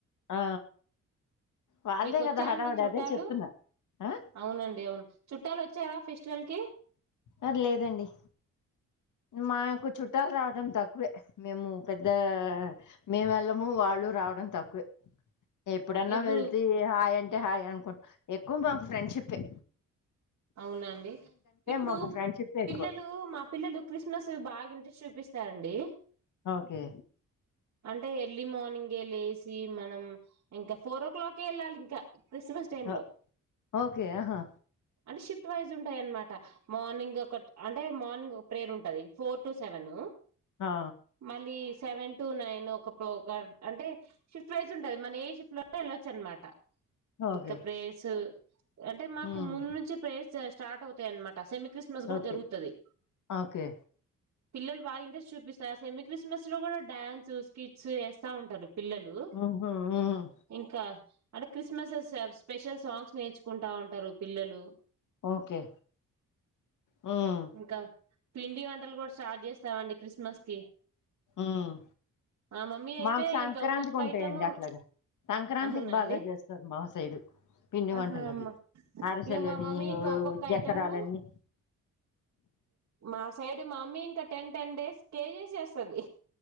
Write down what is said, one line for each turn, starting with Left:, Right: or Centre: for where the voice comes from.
Left: ఆ వాళ్ళదే
Right: మీకు వచ్చారండి
Left: కదా హడావుడి
Right: చుట్టాలు
Left: అదే చెప్తున్నా ఆ
Right: అవునండి అవును చుట్టాలు వచ్చారా ఫెస్టివల్ కి
Left: అర్ లేదండి మాకు చుట్టాలు రావడం తక్కువే మేము పెద్ద మేము వెళ్ళము వాళ్ళు రావడం తక్కువే ఎప్పుడన్నా
Right: ఇప్పుడు
Left: వెళ్తే హాయ్ అంటే హాయ్ అనుకుంటా ఎక్కువ బం ఫ్రెండ్షిప్యే
Right: అవునండి ఇప్పుడు
Left: మాకు ఫ్రెండ్షిప్ ఎక్కువ
Right: పిల్లలు మా పిల్లలు ల్లలు క్రిస్మస్ బాగా ఇంట్రే చూపిస్తాండీ
Left: ఓకే
Right: అంటే ఎర్లీ మార్నింగ్ ఏ లేసి మనం. ఇంకా ఫోరో క్లాకేళ్ళాలి ఇన్ క క్రిస్మస్ టైమ్
Left: ఆ!
Right: లో
Left: ఓకే ఆహా
Right: అంటే షిఫ్ట్ వైజ్ ఉంటాయన్మాట. మార్నింగ్ ఒకట్ అంటే మార్నింగ్ ఒక ప్రేర్ ఉంటది. ఫోర్ టు సెవెన్
Left: ఆ
Right: మళ్ళీ సెవెన్ టు నైన్ ఒక ప్రోకర్ అంటే షిఫ్ట్ వైజుంటది. మన ఏ షిఫ్ట్లోన్న వెళ్ళొచ్చనమాట
Left: ఓకే
Right: ఇంకా ప్రేర్స్ అంటే మాకు
Left: హ్మ్
Right: ముందుం చే స్టార్ట్ అవుతయన్మాట ట సెమీ క్రిస్మస్ గు
Left: ఓకే
Right: జరుగుతది
Left: ఓకే
Right: పిల్లలు బాగా ఇంట్రెస్ట్ చూపిస్తారు. సెమీ క్రిస్మస్ లో గూడా డాన్స్, స్కిట్స్ ఏస్తా ఉంటారు పిల్లలు
Left: ఉహూ హ్మ్
Right: ఇంకా అంటే క్రిస్మసేస్ స్పెషల్ సాంగ్స్ నేర్చుకుంటా ఉంటారు పిల్లలు
Left: ఓకే హ్మ్
Right: ఇంకా పిండి వంటలు గూడ్ స్టార్ట్ జేస్తామండి క్రిస్మస్ కి
Left: హ్మ్
Right: మా మమ్మీ అయితే
Left: మాక్ సంక్రాంతికి
Right: ఇంకా ఒక్కొక్క
Left: ఉంటాయండి
Right: ఐటము
Left: అట్లాగా సంక్రాంతికి
Right: అవునండి
Left: బాగా చేస్తారు మా సైడు పిండి
Right: ఆహా
Left: వంటలు అవి
Right: మా
Left: అరిసెలని
Right: ఇగ మా మమ్మీ ఇంకా ఒక్కొక్క
Left: చక్కరాలని
Right: ఐటమ్ము మాస్ సైడ్ మమ్మీ ఇంకా టెన్ టెన్ డేస్ కేజీస్ చేస్తుంది